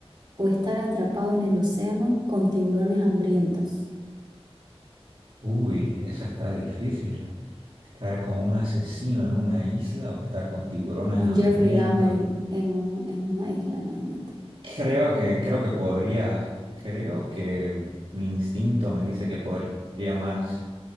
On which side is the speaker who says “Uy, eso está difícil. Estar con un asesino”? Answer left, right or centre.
Right